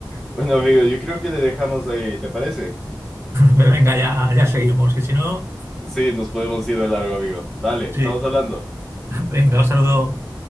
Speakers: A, in the centre; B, on the right.
A: Bueno, amigo, yo creo que le dejamos ahí, ¿te parece?
B: Venga, ya, ya seguimos, que si no,
A: Sí, nos podemos ir de largo, amigo. Dale, estamos
B: Sí.
A: hablando.
B: <laughs> venga, un saludo.